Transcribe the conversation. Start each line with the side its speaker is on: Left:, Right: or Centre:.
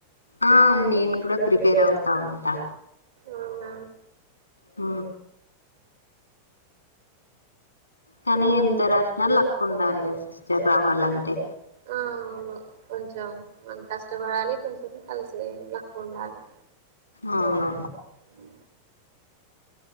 Left: ఆ
Right: అ
Left: నేను కూడా ప్రిపేర్ అవు తా ఉంటా
Right: అవునా
Left: ఆ కానీ ఎంత రాసిన లక్కు ఉండాలి కదా సిస్టర్ రావాలంటే
Right: ఆ అవును కొంచెం మనం కష్టపడాలి కొంచెం కలిసే లక్ ఉండాలి
Left: అవును
Right: ఉ